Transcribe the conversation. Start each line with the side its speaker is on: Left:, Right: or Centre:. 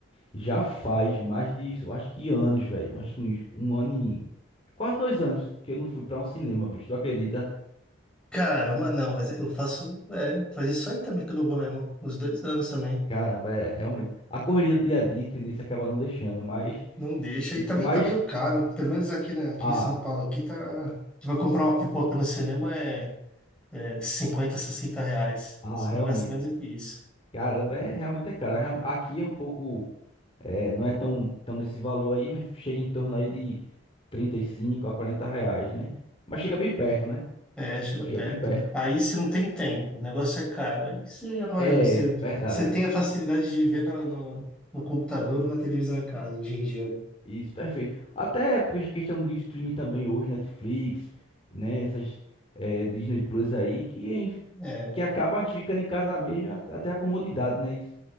Left: Já faz mais disso, eu acho que anos, velho. eu Acho que uns um ano e. Quase dois anos que eu não fui pra um cinema, bicho. Tu acredita?
Centre: Caramba, não, mas eu faço. É, faz isso aí também que eu não vou mesmo. Uns dois anos também.
Left: cara é realmente. A correria do dia a dia, entendeu? Você acaba não deixando, mas.
Centre: Não deixa.
Left: Eu
Centre: E
Left: sou
Centre: também
Left: mais.
Centre: tá meio caro. Pelo menos aqui, né, aqui
Left: Ah,
Centre: em São Paulo, aqui tá. Tu vai comprar uma pipoca no cinema, é é, 50, 60 reais.
Left: ah,
Centre: Você
Left: realmente.
Centre: não gasta menos do que isso.
Left: Caramba, é realmente é cara. Real- Aqui é um pouco. é, não é tão, tão nesse valor aí, mas chega em torno aí de 35 a 40 reais, né? Mas chega bem perto, né?
Centre: É, chiropeca.
Left: Chega bem perto.
Centre: Aí você não tem tempo, o negócio é caro. Aí você já não vai,
Left: É,
Centre: não sei.
Left: verdade.
Centre: Você tem a facilidade de ver no, no, no computador ou na televisão em casa, hoje em dia,
Left: Isso, perfeito. Até por questão de streaming também hoje, Netflix, né? Essas eh, Disney Plus aí, que, a gente-
Centre: né?
Left: que acaba a gente ficando em casa mesmo, a- até a comodidade, né? Isso.